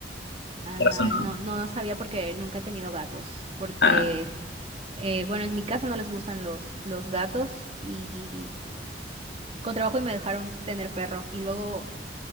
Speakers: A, on the right (about 35°); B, on the left (about 75°).
A: Ah,
B: quieras o no.
A: no, no sabía porque nunca he tenido gatos. Porque,
B: Ah,
A: eh, bueno, en mi casa no les gustan los, los gatos y. Con trabajo y me dejaron tener perro y luego